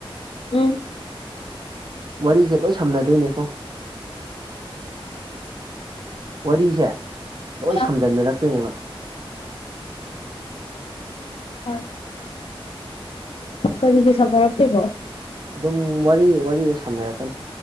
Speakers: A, on the left; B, on the right.
A: ꯎꯝ
B: ꯋꯥꯔꯤꯁꯦ ꯂꯣꯏ ꯁꯝꯅꯗꯣꯏꯅꯦꯀꯣ ꯋꯥꯔꯤꯁꯦ ꯂꯣꯏ
A: ꯑ
B: ꯁꯝꯗꯗꯔꯛꯇꯣꯏꯅꯦꯕ
A: ꯍꯣꯏ ꯀꯔꯤꯒꯤꯩ ꯁꯝꯅꯔꯛꯀꯣꯏꯅꯣ
B: ꯑꯗꯨꯝ ꯋꯥꯔꯤ ꯋꯥꯔꯤꯒ ꯁꯝꯅꯔꯛꯀꯅꯤ